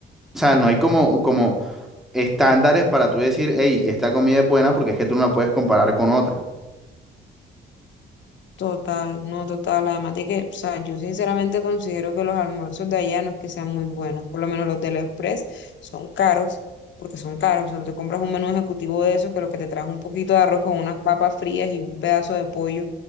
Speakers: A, in the centre; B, on the left.
A: o sea, no hay como, como estándares para tú decir, hey, esta comida es buena porque es que tú no la puedes comparar con otra.
B: Total, no total. Además de que, o sea, yo sinceramente considero que los almuerzos de allá no es que sean muy buenos. Por lo menos los del Express son caros, porque son caros. O sea, tú te compras un menú ejecutivo de esos que lo que te trae un poquito de arroz con unas papas frías y un pedazo de pollo